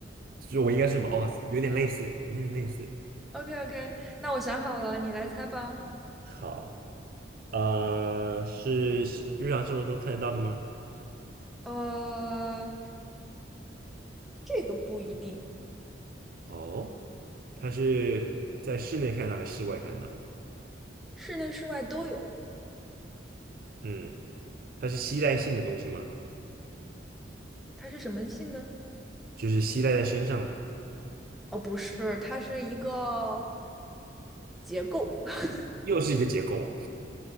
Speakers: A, on the right; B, in the centre.
A: 就是我应该是什么哦，有点类似，有点类似。
B: OK OK，那我想好了，你来猜吧。
A: 好，呃，是是日常生活中看得到的吗？
B: 呃，这个不一定
A: 哦，它是在室内看到还是室外看到？
B: 室内室外都有，
A: 嗯，它是吸带性的东西吗？
B: 它是什么性的？
A: 就是吸带在身上的，
B: 哦，不是，它是一个结构，<laughs>
A: 又是一个结构，